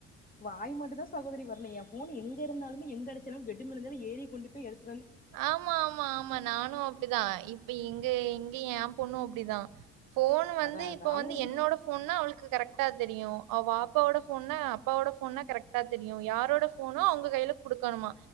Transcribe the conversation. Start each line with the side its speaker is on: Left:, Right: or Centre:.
Left: வாய் மட்டு தா சகோதரி வர்ல எ ஃபோனு எங்க இருந்தாலுமே எங்க அடிச்சாலுமே பெட்டு மேல இருந்தாலு ஏறி கொண்டு போய் எடுத்து
Right: ஆமாம்மாம் ஆமா நானு அப்டிதா இப்ப இங்க எங்க ஏ பொண்ணு அப்டிதா ஃபோனு வந்து
Left: அதா அதா
Right: இப்ப
Left: அவங்களுக்கு
Right: வந்து என்னோட ஃபோன்னா அவளுக்கு கரெக்ட் டா தெரியு அவ ஆப்பாவோட ஃபோன்னா அப்பாவோட ஃபோன்னா கரெக்டா தெரியு யாரோட ஃபோனோ அவ்ங்க கைல குடுக்கணுமா